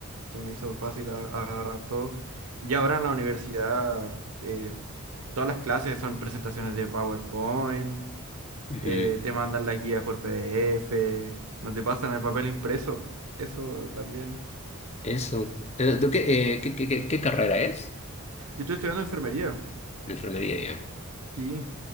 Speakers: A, on the right; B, on the left.
A: se me hizo fácil a- agarrar todo. Y ahora en la universidad, eh, todas las clases son presentaciones de PowerPoint,
B: Ujú.
A: eh, te mandan las guías por PDF, no te pasan el papel impreso. Eso también.
B: Eso. Eh, ¿de ¿Qué, eh, qué, qué, qué- qué carrera es?
A: Yo estoy estudiando enfermería,
B: Enfermería ya.
A: sí.